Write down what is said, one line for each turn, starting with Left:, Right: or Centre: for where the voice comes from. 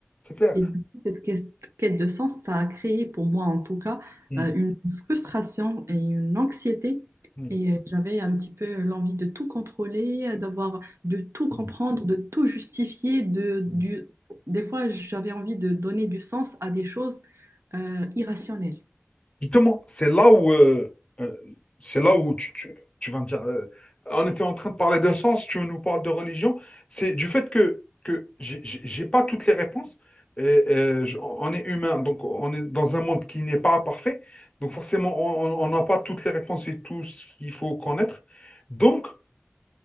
Left: C'est clair.
Right: Et du coup, cette quête quête de sens, ça a créé pour moi en tout cas
Left: Mhm,
Right: euh, une frustration et une anxiété.
Left: oui,
Right: Et euh, j'avais un petit peu l'envie de tout contrôler, euh, d'avoir, de tout
Left: mhm,
Right: comprendre, de tout justifier. De,
Left: mhm.
Right: du... Des fois, j'avais envie de donner du sens à des choses euh, irrationnelles.
Left: Justement, c'est là où, euh, euh, c'est là où tu, tu- tu vas me dire, euh, on était en train de parler d'un sens, tu nous parles de religion, c'est du fait que, que j'ai j'ai- j'ai pas toutes les réponses, et, euh, je- on est humain, donc on est dans un monde qui n'est pas parfait, donc forcément on on- on n'a pas toutes les réponses et tout ce qu'il faut connaître. Donc,